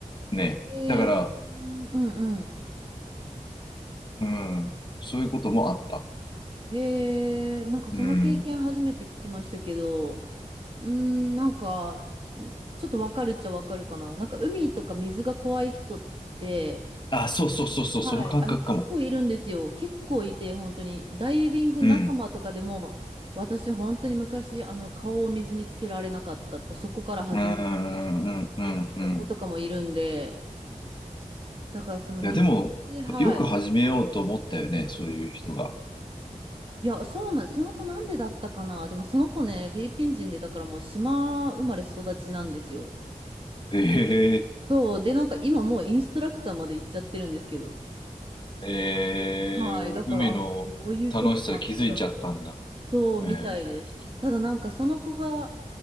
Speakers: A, on the left; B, on the right.
A: ね。
B: えー、
A: だから、
B: うんうん。
A: うん、そういうこともあった。
B: へえ、なんかその経験初めて聞きましたけど、
A: うん。
B: うーん、なんか、んちょっとわかるっちゃわかるかな。なんか海とか水が怖い人って、
A: あ、そうそうそうそう、
B: はい。
A: その感覚かも。
B: あの、結構いるんですよ。結構いて、本当に。ダイビング仲間とかでも、
A: うん。
B: 私本当に昔、あの、顔を水につけられなかったとか、そこから始めて、
A: うん、うん、うん、
B: みたいな子とかもいるんで、
A: うん。
B: だからその水、
A: いや、でも、
B: はい。
A: よく始めようと思ったよね、そういう人が。
B: いや、そうなん、その子なんでだったかな。でもその子ね、フィリピン人で、だからもう島生まれ育ちなんですよ。
A: ええ
B: そう。で、なんか今もうインストラクターまで行っちゃってるんですけど。
A: えー海の楽しさ気づいちゃったんだ。
B: はい。だから、あ、そういうこともあるんだ。そう、みたいです。
A: ええ
B: ただなんかその子が、